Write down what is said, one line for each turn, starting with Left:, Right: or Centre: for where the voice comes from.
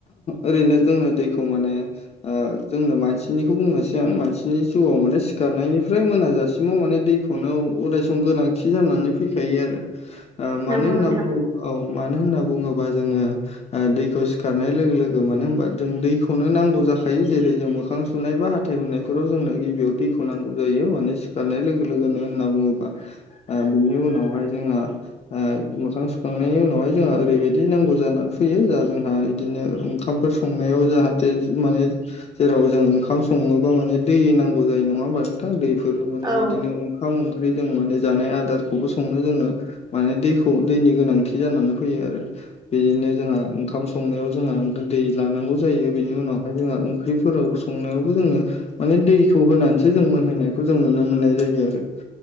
Left: ओरैनो जोंङनो दैखौ माने ओ जोंनो मानसिनिखौ बुंनोसै आं मानसिनि जिउआव माने सिखारनायनिफ्राय मोनाजासिमाव माने दै खौनो अराय सम गोनांथि जानानै फैखायो आरो ओ मानो
Right: नंगौ
Left: होनना
Right: नोंथां
Left: बुङो औ मानो होनना बुङोबा जोङो दैखौ सिखारनाय लोगो लोगो मानो होनबा जों दैखौनो नांगौ जाखायो जेरै जों मोखां सुनायबा फिथाइ होननायफोराव जोंनो गिबियाव दैखौ नांगौ जायो माने सिखारनाय लोगो लोगोनो होनना बुङोब्ला बिनि उनावहाय जोंङहा मोखां सुखांनायनि उनावहाय जोंहा ओरैबायदि नांगौ जानानै फैयो जा जोंहा बिदिनो ओंखामफोर संनायाव जाहाथे माने जेराव जों ओंखाम सङोबा माने दै नांगौ जायो नङा होमा नोंथां दैफोर माने
Right: औ
Left: बिदिनो ओंखाम ओंख्रि जों माने जानाय आदारखौबो संनो जोंनो माने दैखौ दैनि गोनांथि जानानै फैयो आरो बेनो जोंहा ओंखाम संनायाव जोंहा दै लानांगौ जायो बिनि उनावहाय जोंहा ओंख्रिफोराव संनायावबो जोङो माने दैखौ होनानैसो जों मोनहोनायखौ जों नुनो मोननाय जायो आरो